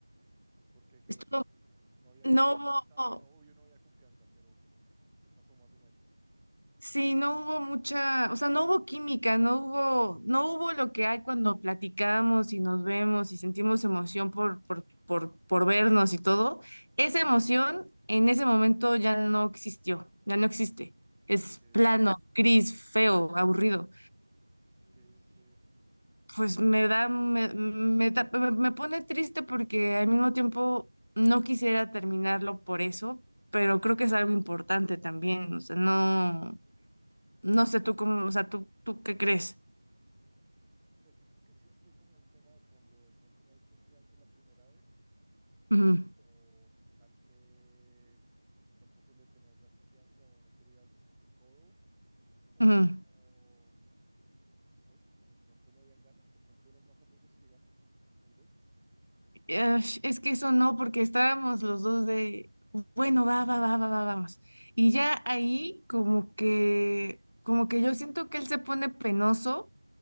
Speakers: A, in the centre; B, on the left.
A: ¿Y por qué? ¿Qué
B: Estuvo,
A: pasó? Cuéntame. No había
B: no
A: confianza.
B: hubo,
A: Bueno, obvio no había confianza, pero ¿qué pasó más o menos?
B: sí, no hubo mucha, o sea, no hubo química, no hubo, no hubo lo que hay cuando platicamos y nos vemos y sentimos emoción por, por, por, por vernos y todo. Esa emoción en ese momento ya no existió, ya no existe. Es
A: Ok,
B: plano, gris, feo, aburrido.
A: ok, ok.
B: pues me da, me, me da- me- me pone triste porque al mismo tiempo no quisiera terminarlo por eso, pero creo que es algo importante también, o sea, no, no sé tú cómo, o sea, tú, tú qué crees.
A: Pues yo creo que siempre hay como un tema de fondo. De pronto no hay confianza la primera vez o,
B: Ujú,
A: o tal vez tú tampoco le tenías la confianza o no querías del todo, o,
B: ujú.
A: o no sé, o de pronto no habían ganas, de pronto eran más amigos que ganas, tal vez.
B: Ash, Es que eso no, porque estábamos los dos de, bueno, va, va, va, va, va, vamos. Y ya ahí como que, como que yo siento que él se pone penoso